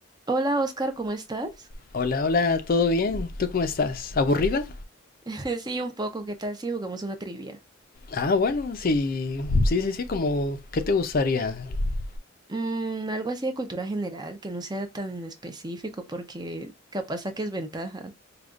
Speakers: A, on the right; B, on the left.
A: Hola Oscar, ¿cómo estás?
B: Hola, hola, ¿todo bien? ¿Tú cómo estás? ¿Aburrida?
A: <laughs> Sí, un poco, ¿qué tal si jugamos una trivia?
B: Ah, bueno, sí, sí, sí, sí, como, ¿qué te gustaría? <laughs>
A: Mm, algo así de cultura general, que no sea tan específico porque capaz saques ventaja.